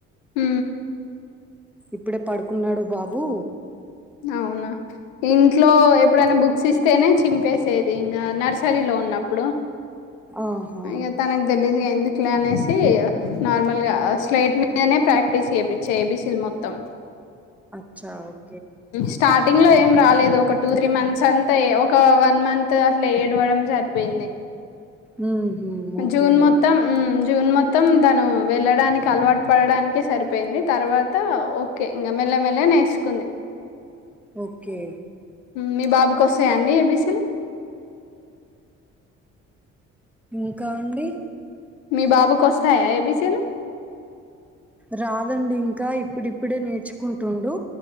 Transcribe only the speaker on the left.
హ
అవునా ఇంట్లో ఎప్పుడైనా బుక్స్ ఇస్తేనే తింపేసేది ఇంక నర్సరలో ఉన్నప్పుడు
ఇక తనకు తెలిదుగా ఎందు క్లే అనేసి నార్మల్ గా స్లేట్ మీదనే ప్రాక్టీస్ చేయిచ్చ ఏబీసిల్ మొత్తం
స్టార్టింగ్ లో ఏం రాలేదు ఒక టూ త్రీ మంత్స్ అంతా ఒక వన్ మంత్ అట్ల ఏడవడం సరిపోయింది
జూన్ మొత్తం జూన్ మొత్తం తను వెళ్ళడానికి అలవాటు పడడానికే సరిపోయింది తర్వాత ఓకే ఇంగ మల్ల మెల్ల గ నేర్చుకుంది
మీ బాబుకి వస్తాయండి అండి ఏబీసీలు
మీ బాబుకు వస్తాయా ఏబిసీలు